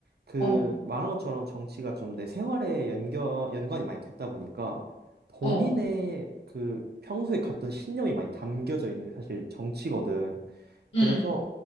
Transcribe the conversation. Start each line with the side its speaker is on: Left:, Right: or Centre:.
Right: 그
Left: 어,
Right: 말한 것처럼 정치가 좀 내 생활에 연결, 연관이 많이 됐다 보니까 본인의
Left: 어,
Right: 그 평소에 갔던 신념이 많이 담겨져 있는 게 사실 정치거든. 그래서
Left: 음,